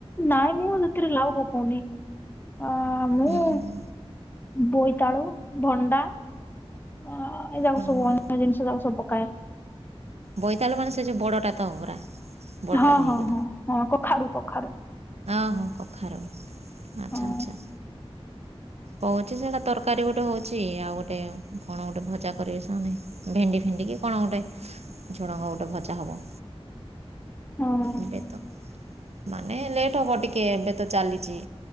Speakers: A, on the left; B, on the right.
A: ନାଇଁ ମୁଁ ସେଥିରେ ଲାଭ ପକଉନି ଆ ମୁଁ
B: ହୁଁ ହୁଁ
A: ବୋଇତାଳୁ ଭଣ୍ଡା ଅ ଏ ଯାକ
B: ହଁ
A: ସବୁ
B: ହଁ
A: ଜିନିଷ ତାକୁ ସବ ପକାଏ।
B: ବୋଇତାଳୁ ମାନେ ସେ ଯେଉ ବଡ଼ଟା ତ ହବ ପୁରା। ବଡ଼ଟା
A: ହଁ,
B: ଯେଉଁ
A: ହଁ,
B: ହେଇକି
A: ହଁ, ହଁ, କଖାରୁ, କଖାରୁ।
B: ଆ, ହଁ କଖାରୁ ଆଚ୍ଛା,
A: ହଁ
B: ଆଚ୍ଛା। ହୋଉଛି ସେଇଟା ତରକାରୀ ଗୋଟେ ହେଉଛି ଆଉ ଗୋଟେ କଣ ଗୋଟେ ଭଜା କରିବେ ସେମାନେ। ଭେଣ୍ଡି ଫେଣ୍ଡିିକି କଣ ଗୋଟେ ଝୁଡ଼ଙ୍ଗ ଗୋଟେ ଭଜା ହବ।
A: ହୁଁ।
B: ଏବେ ତ ମାନେ ଲେଟ୍ ହବ ଟିକେ ଏବେ ତ ଚାଲିଛି।